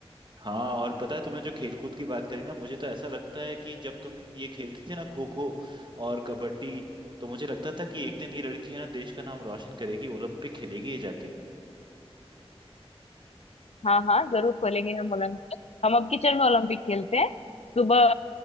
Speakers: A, on the right; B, on the left.
A: हाँ और पता है तुमने जो खेलकूद की बात करी ना मुझे तो ऐसा लगता है कि जब तुम ये खेलती थी ना खो खो और कबड्डी तो मुझे लगता था कि एक दिन ये लड़की है ना देश का नाम रोशन करेगी ओलंपिक खेलेगी ये जाके
B: हाँ हाँ जरूर खोलेंगे हम ओलंपिक हम अब किचन में ओलंपिक खेलते हैं सुबह